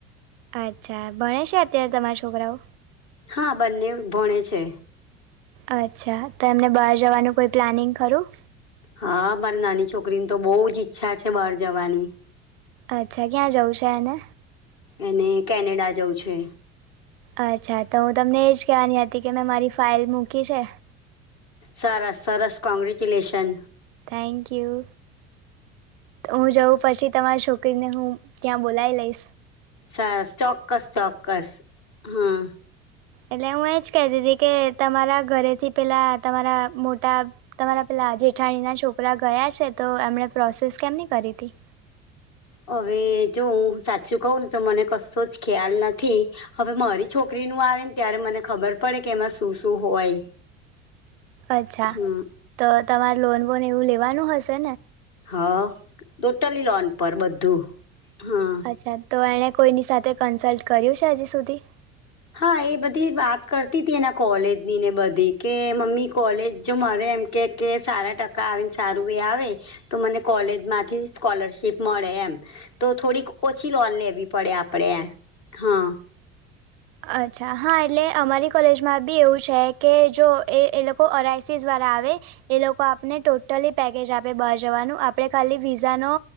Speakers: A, on the right (about 50°); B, on the left (about 50°).
A: અચ્છા ભણે છે, અત્યારે તમારા છોકરાઓ?
B: હા બંને ભણે છે.
A: અચ્છા, તો એમને બહાર જવાનું કોઈ પ્લાનિંગ ખરું
B: હા મારી નાની છોકરીની તો બહુ જ ઈચ્છા છે, બહાર જવાની
A: અચ્છા ક્યાં જાઉ છે, એને
B: એને કેનેડા જઉ છે.
A: અચ્છા તો હું તમને એજ કહેવાની હતી, કે મેં મારી ફાઇલ મૂકી છે.
B: સરસ- સરસ ક કોંગ્રેચ્યુલેશન
A: થેન્ક યુ. હું જઉં પછી તમારી છોકરીને હું ત્યાં બોલાવી લઈશ.
B: સરસ ચોક્કસ ચોક્કસ હમ
A: એટલે હું એજ કતી હતી કે તમારા ઘરેથી પેલા તમારા મોટા તમારા પેલા જેઠાણીના છોકરા ગયા છે, તો એમણે પ્રોસેસ કેમની કરી હતી?
B: હવે જો હું સાચું કહું ને તો, મને કશો જ ખ્યાલ નથી. હવે મારી છોકરી નું આવે ને ત્યારે મને ખબર પડે કે એમાં શું શું હોય.
A: અચ્છા,
B: હમ
A: તો તમારે લોન બોન એવું લેવાનું હશે
B: હા ટોટલી લોન પર બધું હા
A: અચ્છા તો એણે કોઈની સાથે કન્સલ્ટ કર્યું છે, હજી સુધી
B: હા એ બધી વાત કરતી હતી, એના કોલેજની ને બધી કે મમ્મી કોલેજ જો મળરે એમ કે કે સારા ટકા આવે ને સારું એ આવે તો મને કોલેજ માંથી સ્કોલરશીપ મળે એમ તો થોડીક ઓછી લોન લેવી પડે આપડે હા
A: અચ્છા હા એટલે અમારી કોલેજમાં બી એવું છે, કે જો એ કે લોકો ઓઆઈસીસ દ્વારા આવે એ લોકો આપને ટોટલી પેકેજ આપે બહાર જવાનું, આપણે ખાલી વિઝા નો